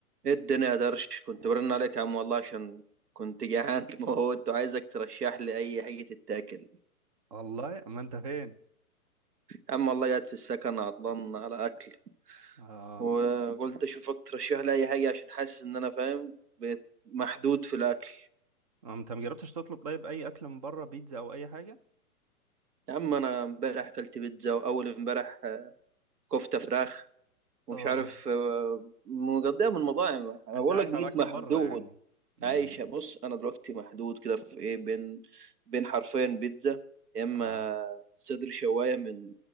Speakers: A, on the right; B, on the right.
A: ايه الدنيا يا درش كنت برن عليك يا عم والله عشان كنت جعان <laughs> موت وعايزك ترشح لي اي حاجه تتاكل
B: والله ما انت فين
A: يا عم والله قاعد في السكن عطلان على اكل
B: اه
A: وقلت اشوفك ترشح لي اي حاجه عشان حاسس ان انا فاهم بقيت محدود في الاكل
B: آه، انت ما جربتش تطلب طيب اي اكل من بره بيتزا او اي حاجه
A: يا عم انا امبارح اكلت بيتزا واول امبارح آه، كفته فراخ ومش
B: اه
A: عارف آه، مقضيها من مطاعم
B: <laughs>
A: انا
B: انت
A: بقول
B: عايش
A: لك بقيت
B: على اكل
A: محدود
B: بره يعني امم
A: عايشه بص انا دلوقتي محدود كده في ايه بين بين حرفين بيتزا يا اما
B: اه
A: صدر شوايه من